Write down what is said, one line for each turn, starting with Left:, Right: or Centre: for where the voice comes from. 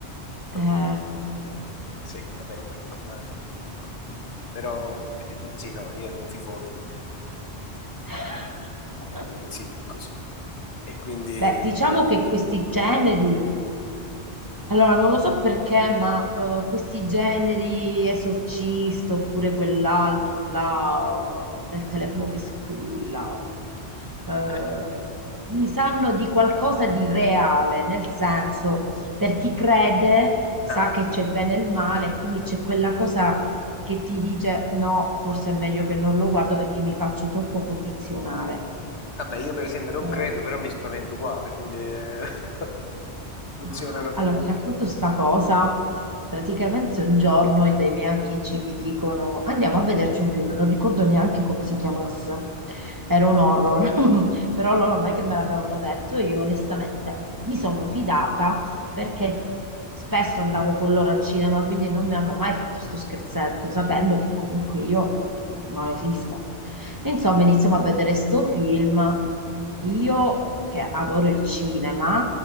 Left: Non
Right: Eh.
Left: ho dormito per per secoli. Vabbè, ero piccolo, eh, ero piccolo. Però <clears throat> sì, no, io ero un fifone, quindi
Right: <laughs>
Left: eh, sì, è così. E quindi...
Right: Beh, diciamo che questi generi, allora non lo so perché, ma eh, questi generi esorcista oppure quell'altro là eh, del telefono che squilla, eh,
Left: <laughs>
Right: mi sanno di qualcosa di reale, nel senso, per chi crede sa
Left: Ah,
Right: che
Left: sì.
Right: c'è il bene e il male, quindi c'è quella cosa che ti dice no, forse è meglio che non lo guardo perché mi faccio troppo condizionare.
Left: Vabbè, io per esempio non
Right: Eh,
Left: credo, però mi spavento uguale, quindi eh, <laughs> funzionano
Right: Ma
Left: comunque.
Right: allora ti racconto sta cosa. Praticamente un giorno i- dei miei amici mi dicono andiamo a vederci un film, non ricordo neanche come si chiamasse. Era un horror però loro non è che me l'avevano detto, io onestamente mi sono fidata perché spesso andavo con loro al cinema, quindi non mi hanno mai fatto sto scherzetto, sapendo che comunque io non esiste. E insomma, iniziamo a vedere sto film. Io che adoro il cinema,